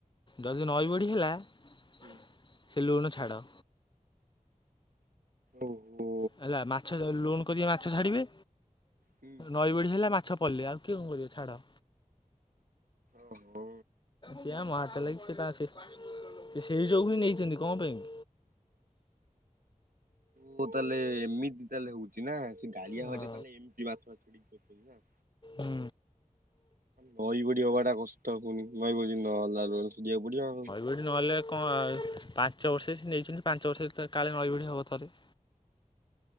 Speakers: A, on the left; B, on the right.
A: ଯଦି ନଈ ବଡ଼ି ହେଲା ସେ
B: ହୁଁ
A: ଲୋନ ଛାଡ଼।
B: ଓହୋ।
A: ହେଲା ମାଛ ଧ ଲୋନ୍ କରିବେ ମାଛ ଛାଡିବେ
B: ହୁଁ
A: ନଈ ବଢି ହେଲା ମାଛ ପଳେଇଲେ ଆଉ। କିଏ କଁ କରିବ ଛାଡ଼।
B: ଅ ହୋ।
A: ସେଆ ମହା ଚାଲାଖି ଲାଗି ସେ ପା ସେ ଏ ସେଇ ଯୋଗୁ ହିଁ ନେଇଚ଼ନ୍ତି କଁ ପାଇଁଁ?
B: ଓହୋ ତାହେଲେ ଏମିତି ତାହେଲେ ହଉଚ଼ି ନା ସେ ଗାଳିଆ
A: ହଁ
B: ଭାରଜା ତାହେଲେ ଏମିତି ମାଛ ଛାଡି <unintelligible> କରିବା।
A: ହୁଁ।
B: ନଈ ବଢି ହବାଟା କଷ୍ଟ ପୁଣି ନଈ ବଡ଼ି ନ ହେଲା ଲୋନ ସୁଜିବାକୁ ପଡ଼ିବ ଆଉ।
A: ଯୋଉଠି ନହେଲେ କଁ ପାଞ୍ଚ ବର୍ଷ ସେ ନେଇଚ଼ନ୍ତି ପାଞ୍ଚ ବର୍ଷରେ ଥରେ କାଳେ ନଈ ବଡ଼ି ହବ ଥରେ।